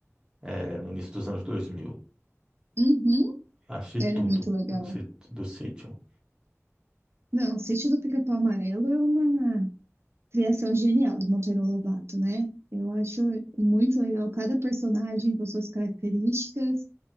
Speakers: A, on the right (about 15°); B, on the right (about 55°).
A: eh, no início dos anos dois mil
B: uhum,
A: Achei
B: era
A: tudo
B: muito legal.
A: no sítio- do sítio.
B: Não, o Sítio do Pica-Pau Amarelo é uma criação genial do Monteiro Lobato, né? Eu acho muito legal cada personagem com suas características.